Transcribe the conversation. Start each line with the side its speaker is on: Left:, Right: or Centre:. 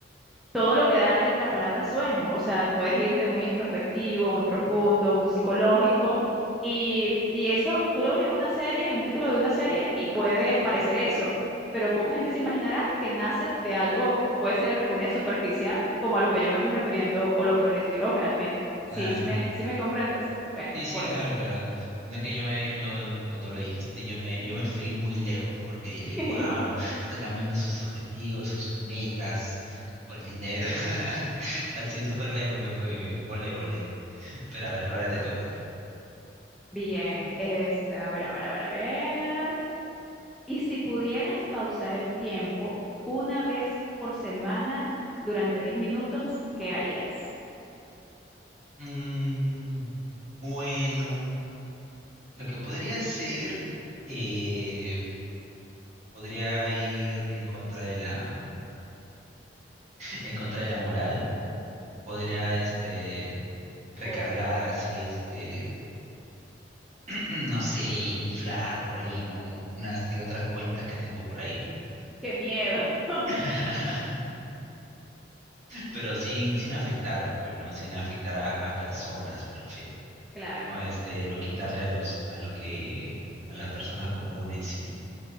Centre: todo lo que da el- la palabra sueño. O sea, puedes irte muy introspectivo, muy profundo, muy psicológico. Y, y eso tú lo ves en una serie, en un título de una serie, y puede parecer eso. Pero poca gente se imaginará que nace de algo, puede ser entre comillas superficial, como a lo que yo me estoy refiriendo o lo que me lo inspiró realmente. Sí,
Right: claro,
Centre: sí me,
Right: claro.
Centre: sí me comprendes. Bueno,
Right: Sí, sí,
Centre: por eso.
Right: claro, claro. Sino que yo me, yo cuando lo dijiste, yo me, yo me fui muy lejos porque
Centre: <laughs>
Right: dije, wow, está cambiando sus objetivos, sus metas por el dinero. <laughs> Así súper lejos me fui, volé, volé. Pero a ver, ahora te toca.
Centre: Bien, este, a ver, a ver, a ver, a ver. Y si pudieras pausar el tiempo una vez por semana durante 10 minutos, ¿qué harías?
Right: Mm, bueno, lo que podría ser, eh, podría ir en contra de la, en contra de la moral. Podría, este, recargar
Centre: Oh my,
Right: así, este. mm, no sé, inflar por ahí, ¿no? Unas que otras cuentas que tengo por ahí.
Centre: qué miedo. <laughs>
Right: <laughs> Pero sin, sin afectar, pues, ¿no? Sin afectar a, a personas, me refiero.
Centre: Claro.
Right: No, este, no quitarle a los, a los que, a las personas comunes y,